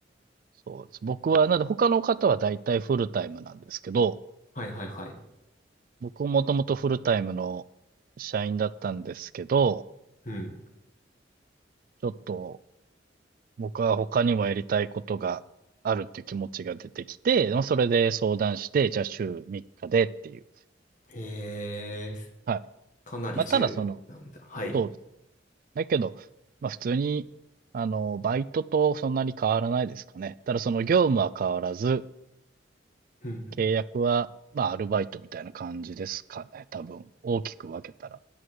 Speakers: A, on the right; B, on the left.
A: そうです。僕は、なんで他の方は大体フルタイムなんですけど、
B: はい、はい、はい。
A: 僕ももともとフルタイムの社員だったんですけど、
B: うん。
A: ちょっと僕は他にもやりたいことがあるっていう気持ちが出てきて、まあそれで相談して、じゃあ週3日でっていう。
B: へえ。
A: はい。
B: かなり重なんだ。
A: まあただその、
B: はい。
A: そうです。だけど、まあ普通に、あの、バイトとそんなに変わらないですかね。ただその業務は変わらず、
B: うん、
A: 契約は、まあアルバイトみたいな感じですかね。多分、大きく分けたら。